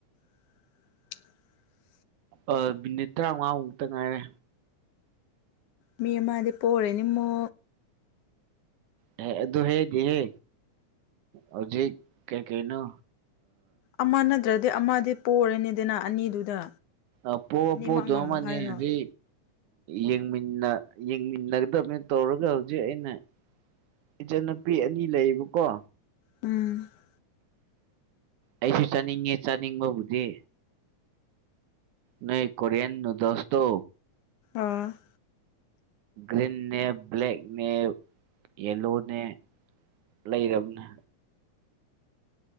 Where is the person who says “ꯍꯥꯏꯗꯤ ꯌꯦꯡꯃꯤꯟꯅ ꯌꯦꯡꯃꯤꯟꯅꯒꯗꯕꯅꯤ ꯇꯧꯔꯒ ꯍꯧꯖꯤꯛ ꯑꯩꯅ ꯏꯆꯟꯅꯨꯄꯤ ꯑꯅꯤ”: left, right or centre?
Right